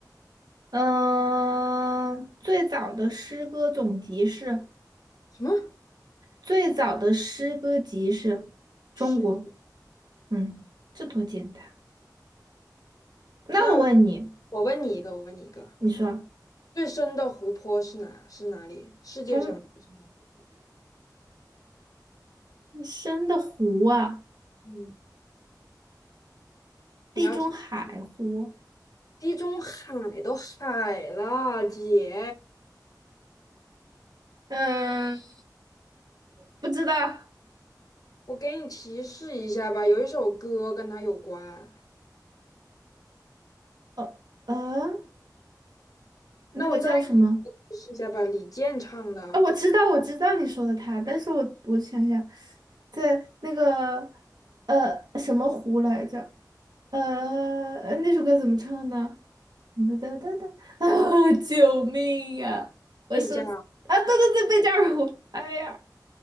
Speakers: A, on the right (about 70°); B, on the left (about 55°).
A: 嗯、最早的诗歌总集是
B: 什么？
A: 最早的诗歌集是中国。
B: 是。
A: 嗯，这多简单。那我问你，
B: 那我我问你一个，我问你一个，
A: 你说
B: 最深的湖泊是哪是哪里？世界上最深的湖泊？
A: 中深的湖啊，
B: 嗯，你要听吗
A: 地中海湖，
B: 地中海都海了，姐，
A: 嗯，不知道。
B: 我给你提示一下吧，有一首歌跟它有关。
A: 呃呃，那个叫什么？
B: 那我再给你提示一下吧，李健唱的
A: 啊，我知道，我知道你说的他，但是我我想想，在那个呃什么湖来着？呃，呃那首歌怎么唱呢？哒哒哒哒啊！<laughs> 救命呀、我说啊，
B: 《睡觉》。
A: 对对对，贝加尔湖，哎呀，